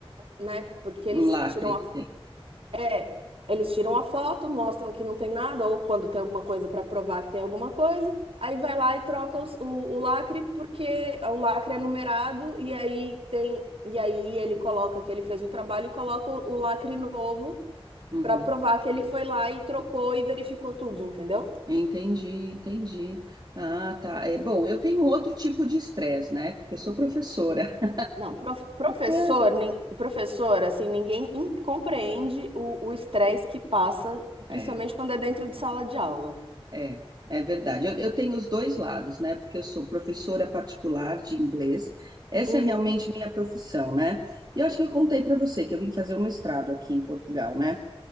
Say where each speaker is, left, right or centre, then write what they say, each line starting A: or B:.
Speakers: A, on the right; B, on the right.
A: né? Porque eles
B: um lacre
A: tiram a
B: que tem.
A: É, eles tiram a foto, mostram que não tem nada, ou quando tem alguma coisa para provar que tem alguma coisa, aí vai lá e troca os- o, o lacre, porque o lacre é numerado, e aí tem, e aí ele coloca que ele fez o trabalho e coloca o, o lacre novo
B: Uhum.
A: para provar que ele foi lá e trocou e verificou tudo, entendeu?
B: Entendi, entendi. Ah, tá. É bom, eu tenho outro tipo de estresse, né? Porque eu sou professora. <laughs>
A: Não, prof- professor,
B: Ah,
A: nin- professor, assim, ninguém in- compreende o o estresse que passa, principalmente
B: É.
A: quando é dentro de sala de aula.
B: É, é verdade. Eu, eu tenho os dois lados, né? Porque eu sou professora particular de inglês. Essa
A: Uhum.
B: é realmente minha profissão, né? E eu acho que eu contei para você que eu vim fazer um mestrado aqui em Portugal, né?